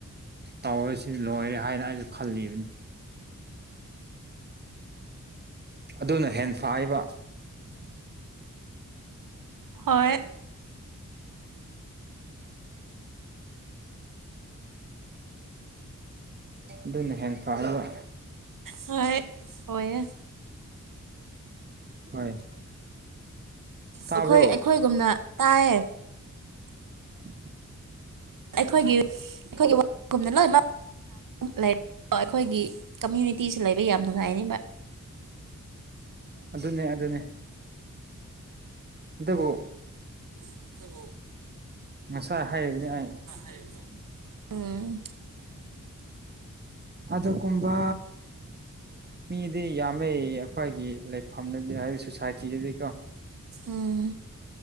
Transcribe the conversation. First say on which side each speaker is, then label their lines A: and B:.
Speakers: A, on the right; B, on the right.
A: ꯇꯧꯔꯁꯤ ꯂꯣꯏꯔꯦ ꯍꯥꯏꯅ ꯑꯩꯁꯨ ꯈꯜꯂꯤꯕꯅꯤ ꯑꯗꯨꯅ ꯍꯦ ꯐꯥꯏꯕ <inaudible>
B: ꯍꯣꯏ
A: ꯑꯗꯨꯅ ꯍꯦꯟꯅ ꯐꯥꯏꯕ
B: <inaudible> ꯑꯣꯏ
A: ꯍꯣꯏ ꯇꯥꯕ꯭ꯔꯣ
B: ꯑꯩꯈꯣꯏ ꯑꯩꯈꯣꯏꯒꯨꯝꯅ ꯇꯥꯏꯌꯦ
A: ꯎꯝ
B: ꯑꯩꯈꯣꯏꯒꯤ ꯑꯩꯈꯣꯏꯒꯤꯗ ꯂꯣꯏ ꯂꯩ ꯑꯩꯈꯣꯏꯒꯤ ꯀꯝꯃ꯭ꯨꯅꯤꯇꯤꯁꯤ ꯂꯩꯕ ꯌꯥꯝ ꯅꯨꯡꯉꯥꯏꯅꯦꯕ
A: ꯑꯗꯨꯅꯦ ꯑꯗꯨꯅꯦ ꯑꯗꯨꯕꯨ
B: ꯑꯗꯨꯕꯨ
A: ꯉꯁꯥꯏ ꯍꯥꯏꯑꯦꯕꯅꯤ ꯍꯥꯏꯅ
B: <unintelligible> ꯎꯝ
A: ꯑꯗꯨꯒꯨꯝꯕ ꯃꯤꯗꯤ ꯌꯥꯝꯃꯦ ꯑꯩꯈꯣꯏꯒꯤ ꯂꯩꯐꯝꯗꯗꯤ ꯍꯥꯏꯗꯤ ꯁꯣꯁꯥꯏꯇꯤꯗꯗꯤꯀꯣ
B: ꯎꯝ